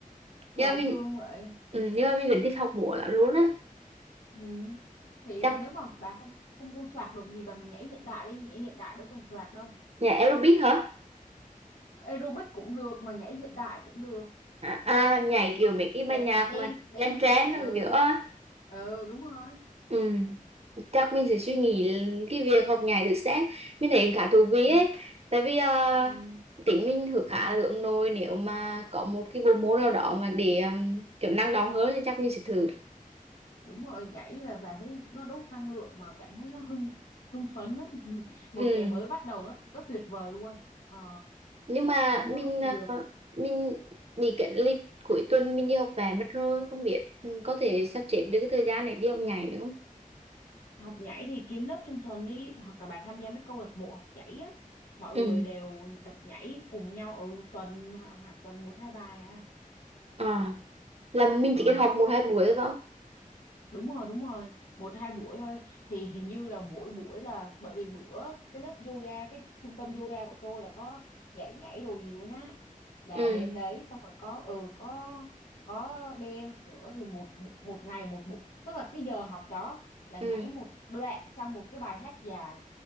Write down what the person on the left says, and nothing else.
trời
ơi,
thương vậy
Ừm, thì
nếu mà bà không không không soạt được gì bà nhảy hiện đại đi nhảy hiện đại đâu cần soạt đâu
aerobic cũng được mà nhảy hiện đại cũng được
nhảy
dance
dance
á
ừ
ừ đúng rồi
ừ
ừ
đúng rồi nhảy là bà thấy nó đốt năng lượng mà cảm thấy nó hưng hưng phấn lắm <laughs> một
ngày mới bắt đầu nó, nó tuyệt vời luôn ờ,
môn
nó cũng được
học nhảy thì kiếm lớp trong tuần đi hoặc là bà tham gia mấy câu lạc bộ học nhảy á mọi
người đều tập nhảy cùng nhau ở tuần hạ- hạ- tuần một hai bài à
ờ.
đúng rồi đúng rồi một hai buổi thôi thì hình như là mỗi buổi là bởi vì bữa cái lớp yoga cái trung tâm yoga của tôi là có dạy nhảy đồ gì luôn á là
đến đấy xong rồi có ừ có có dance nữa thì một bu- một ngày một buổi tức là cái giờ học đó là
nhảy một đoạn trong một cái bài hát dài